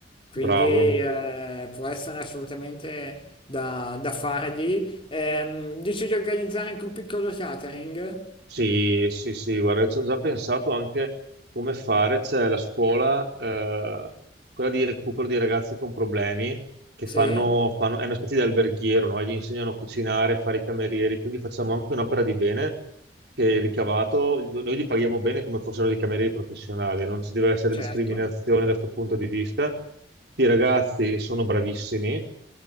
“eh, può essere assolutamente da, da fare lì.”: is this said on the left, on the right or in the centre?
Left